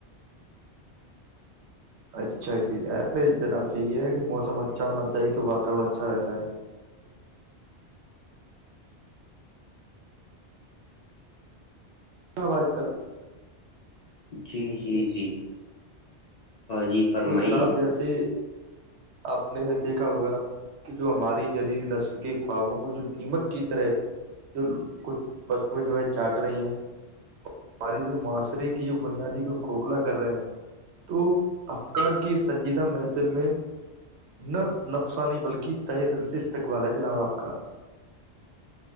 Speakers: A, on the right; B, on the left.
A: اچھا جییے جناب یہی یہ ہے کہ موسم اچھا ہونا چاہیے تو واتاورن اچھا رہتا ہے آج کل
B: جی جی جی جی فرمائیے
A: تو جناب جیسے آپ نے دیکھا ہوگا کہ جو ہماری جدید نسل کے خوابوں کو جو دیمک کی طرح جو کچھ فسٹ میں جو ہے چاٹ رہی ہیں ہمارے جو معاشرے کی جو بنیادی کو کھوکھلا کر رہے ہیں تو افکار کی سنجیدہ محفل میں نہ نفسانی بلکہ تہ دل سے استقبال ہے جناب آپ کا